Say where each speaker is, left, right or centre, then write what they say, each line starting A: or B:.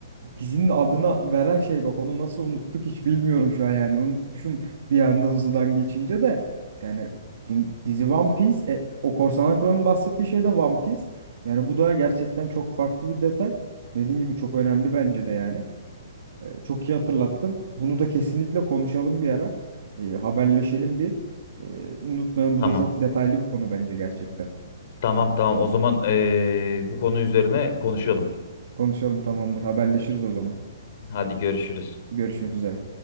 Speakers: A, on the right (about 65°); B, on the left (about 55°).
A: dizinin adına veren şey bak onu nasıl unuttuk hiç bilmiyorum şu an yani unutmuşum bir anda hızlıdan geçince de yani din- dizi One Piece e, o Korsan kralın bahsettiği şey de One Piece. Yani bu da gerçekten çok farklı bir detay. Dediğin gibi çok önemli bence de yani. E, çok iyi hatırlattın. Bunu da kesinlikle konuşalım bir ara. E, haberleşelim bir. E, unutmayalım
B: Tamam.
A: bu da çok detaylı bir konu bence gerçekten.
B: Tamam tamam. O zaman eee, bu konu üzerine konuşalım.
A: Konuşalım tamamdır haberleşiriz o zaman.
B: Hadi görüşürüz.
A: Görüşmek üzere.